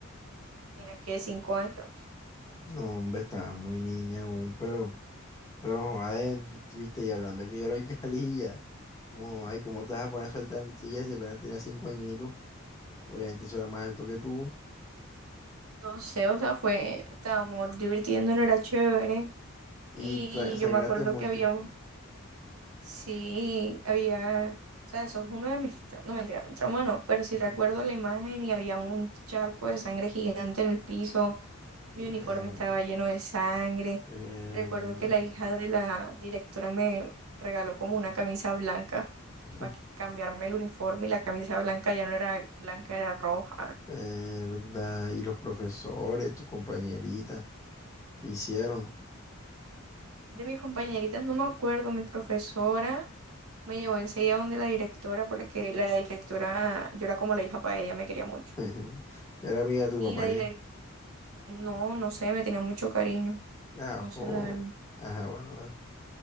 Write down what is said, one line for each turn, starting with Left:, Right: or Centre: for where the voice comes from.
Right: Tenía que cinco años.
Left: No, hombre, estaba muy niña aún, pero, pero, joder, viste, y hablando de que yo era el calilla. Oh, ay, ¿cómo te vas a poner a saltar en sillas si apenas tenías cinco añitos? Obviamente eso era más alto que tú.
Right: No sé, o sea, fue, estábamos divirtiéndonos, era chévere.
Left: Y
Right: Y
Left: tra- sangraste
Right: yo me acuerdo
Left: mucho.
Right: que había un, sí, había, o sea, eso es uno de mis, tra- no mentira, un trauma no, pero sí
Left: <laughs>
Right: recuerdo la imagen y había un charco de sangre gigante en el piso,
Left: Verdad,
Right: mi uniforme estaba lleno de sangre.
Left: verdad,
Right: Recuerdo que la hija de la directora me regaló como una camisa blanca
Left: <laughs>
Right: para cambiarme el uniforme y la camisa blanca ya no era blanca, era roja.
Left: verdad. Y los profesores, tus compañeritas, ¿qué hicieron?
Right: De mis compañeritas no me acuerdo, mi profesora. Me llevó enseguida donde la directora, porque la directora, yo era como la hija para ella, me quería mucho.
Left: <laughs> Era amiga de tu
Right: Y
Left: papá,
Right: la
Left: ¿qué?
Right: directora, no, no sé, me tenía mucho cariño,
Left: Ajo.
Right: no sé la verdad.
Left: Ajá, bueno, dale.